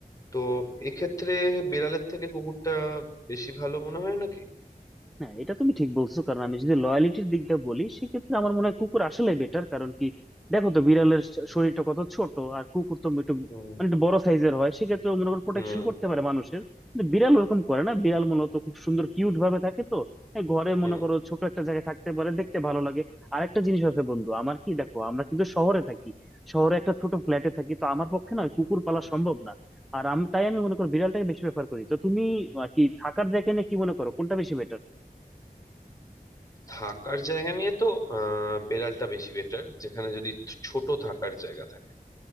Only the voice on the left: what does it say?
তো এক্ষেত্রে বেড়ালের থেকে কুকুরটা বেশি ভালো মনে হয় নাকি
হুম
হুম
হুম
থাকার জায়গা নিয়ে তো আহ বেড়ালটা বেশি বেটার যেখানে যদি ছ- ছোট থাকার জায়গা থাকে